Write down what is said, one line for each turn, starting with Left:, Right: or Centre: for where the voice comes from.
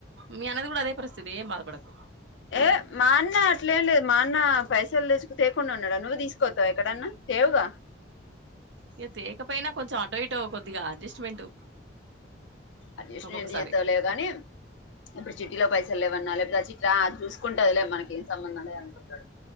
Right: మీ అన్నది కూడా అదే పరిస్థితి ఏం బాధపడకు
Left: ఏ మా అన్న అట్లేం లేదు మా అన్న పైసలు తెచ్చకు తయకుండా ఉన్నాడా నువ్వు తీసుకోతావు ఎక్కడన్నా తేవుగా
Right: ఇక తేకపోయినా కొంచెం అటో ఇటో కొద్దిగా అడ్జస్ట్మెంట్
Left: అస్న్
Right: ఒక్కొక్కసారి
Left: ఏం చేతాలేవు కానీ ఇప్పుడు చిట్టీలో పైసలు లేవన్నా లేకపోతే చక్క జూ కుంటాదిలే మనం సంబంధంాలే అనుకుంటాడు